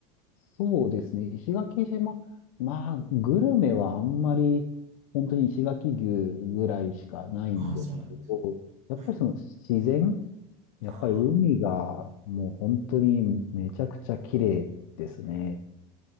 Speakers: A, on the left; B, on the right.
A: そうですね。石垣島。まあ、グルメはあんまり、本当に石垣牛ぐらいしかないんですけど、
B: ああ、そうなんですね。
A: やっぱりその自然、
B: はい。
A: やっぱり海がもう本当にめちゃくちゃ綺麗ですね。
B: ああ、うん。